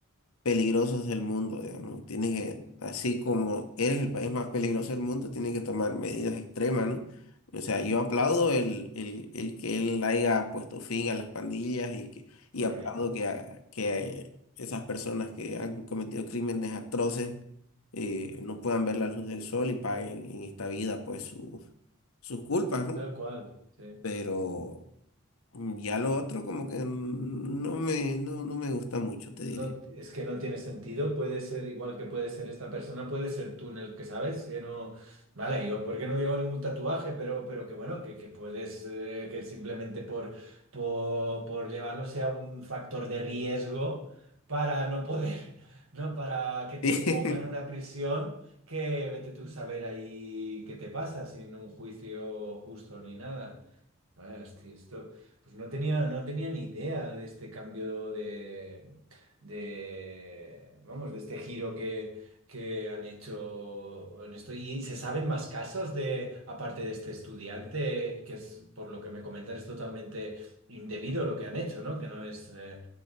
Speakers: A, on the left; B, on the right.
A: peligrosos del mundo, digamos. tiene que, así como eres el país más peligroso del mundo, tiene que tomar medidas extremas, ¿no? O sea, yo aplaudo el, el, el que él haya puesto fin a las pandillas y, que, y
B: Correcto.
A: aplaudo que, a- que esas personas que han cometido crímenes atroces eh,
B: Ujú.
A: no puedan ver la luz del sol y paguen en esta vida pues su- sus culpas, ¿no?
B: Tal cual. Sí.
A: Pero mm, ya lo otro como que mm, no me, no, no me gusta mucho, te diré.
B: No, es que no tiene sentido. Puede ser igual que puede ser esta persona, puede ser tú en el que sabes, que no. Vale, yo porque no llevo ningún tatuaje, pero, pero que bueno, que, que puedes, eh, que simplemente por, por, por llevarlo sea un factor de riesgo para no poder, <laughs> ¿no? Para que te
A: <laughs>
B: pongan en una prisión que vete tú a saber ahí qué te pasa sin un juicio justo ni nada. Vaya, hosti, esto, pues no tenía, no tenía ni idea de este cambio de, de, vamos, de este giro que, que han hecho en esto. ¿Y se saben más casos de, aparte de este estudiante, que es, por lo que me comentas, es totalmente indebido lo que han hecho, ¿no? Que no es, eh,